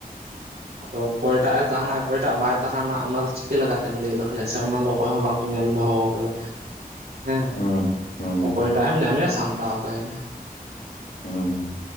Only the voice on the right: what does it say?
ᱟᱫᱚ ᱚᱠᱚᱭᱴᱟᱜ ᱮ ᱛᱟᱦᱮᱱᱟ ᱚᱠᱚᱭᱴᱟᱜ ᱴᱟᱜ ᱵᱟᱭ ᱛᱟᱦᱮᱱᱟ ᱚᱱᱟ ᱫᱚ ᱪᱤᱠᱟᱹ ᱞᱮᱠᱟᱛᱮᱢ ᱞᱟᱹᱭ ᱫᱚᱦᱚᱭᱟ ᱥᱮ ᱚᱱᱟ ᱫᱚ ᱚᱠᱚᱭ ᱦᱚᱸ ᱵᱟᱠᱚ ᱧᱮᱞ ᱫᱚᱦᱚ ᱠᱟᱫᱟ ᱦᱮᱸ
ᱚᱠᱚᱭᱴᱟᱜ ᱮᱢ ᱧᱟᱢᱮᱭᱟ ᱥᱟᱢᱴᱟᱣ ᱠᱟᱭᱢᱮ